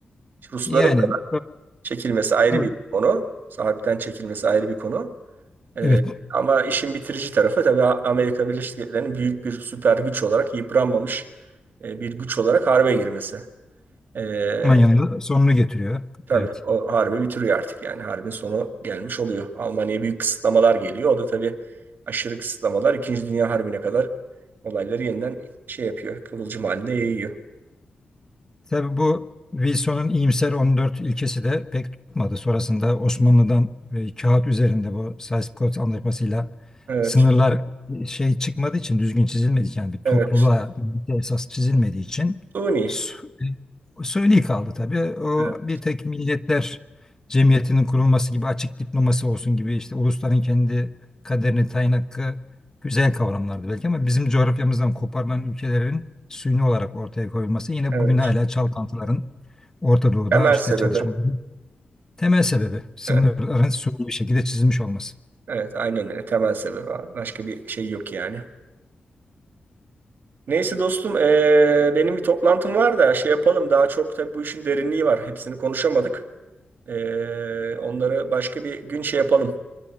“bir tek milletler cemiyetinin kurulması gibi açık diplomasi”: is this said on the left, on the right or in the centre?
Left